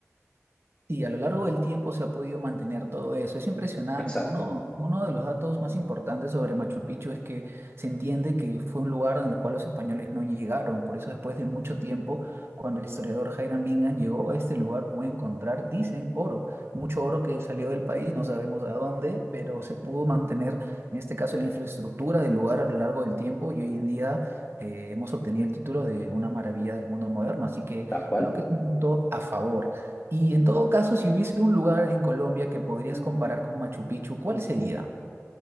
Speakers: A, on the right; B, on the left.
A: Y a lo largo del tiempo se ha podido mantener todo eso. Es impresionante.
B: Exacto,
A: Uno, uno de los datos más importantes sobre Machu Picchu es que se entiende que fue un lugar en el cual los españoles no llegaron. Por eso después de mucho tiempo, cuando el historiador Hiram Bingham llegó a este lugar, pudo encontrar, dicen, oro. Mucho oro que salió del país, no sabemos a dónde, pero se pudo mantener, en este caso, la infraestructura del lugar a lo largo del tiempo y hoy en día... eh, hemos obtenido el título de una maravilla del mundo moderno, así que
B: tal cual.
A: creo que es un punto a favor. Y en todo caso, si hubiese un lugar en Colombia que podrías
B: Hola.
A: comparar con Machu Picchu, ¿cuál sería?